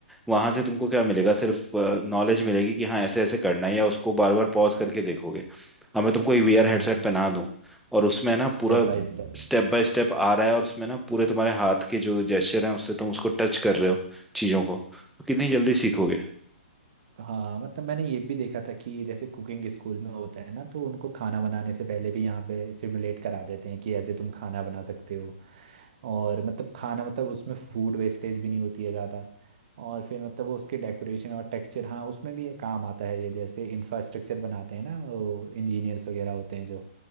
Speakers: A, in the centre; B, on the right.
A: वहां से तुमको क्या मिलेगा सिर्फ नॉलेज मिलेगी कि हाँ ऐसे ऐसे करना है या उसको बार बार पॉज करके देखोगे अब मैं तुमको एक वीआर हेडसेट
B: हाँ हाँ,
A: पहना दूं और उसमें ना पूरा
B: स्टेप बाय स्टेप
A: स्टेप बाय स्टेप आ रहा है और उसमें ना पूरे तुम्हारे हाथ के जो जेस्चर हैं उससे तुम उसको टच कर रहे हो चीजों को तो कितनी जल्दी सीखोगे
B: हाँ मतलब मैंने ये भी देखा था कि जैसे कुकिंग स्कूल में होता है ना तो उनको खाना बनाने से पहले भी यहाँ पे सिमुलेट करा देते हैं कि ऐसे तुम खाना बना सकते हो और मतलब खाना मतलब उसमें फूड वेस्टेज भी नहीं होती है ज़्यादा और फिर मतलब वो उसके डेकोरेशन और टेक्सचर हाँ उसमें भी काम आता है ये जैसे इंफ्रास्ट्रक्चर बनाते हैं ना वो इंजीनियर्स वगैरह होते हैं जो